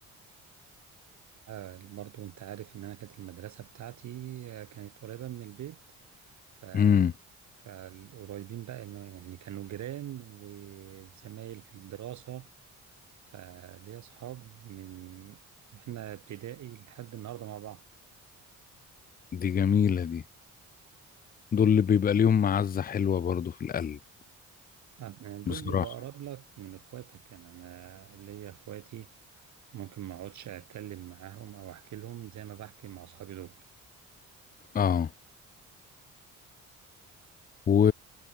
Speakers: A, on the right; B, on the left.
A: آه، برضو أنت عارف إن أنا كانت المدرسة بتاعتي آه، كانت قريبة من البيت ف
B: امم
A: فالقريبين بقى اللي هو يعني كانوا جيران وزمايل في الدراسة فليا أصحاب من إحنا ابتدائي لحد النهاردة مع بعض
B: دي جميلة دي دول اللي بيبقى ليهم معزة حلوة برضو في القلب
A: آه، يعني دول
B: بصراحة
A: بيبقوا أقرب لك من إخواتك يعني أنا ليا إخواتي ممكن ما أقعدش أتكلم معاهم أو أحكي لهم زي ما بحكي مع أصحابي دول
B: اه و...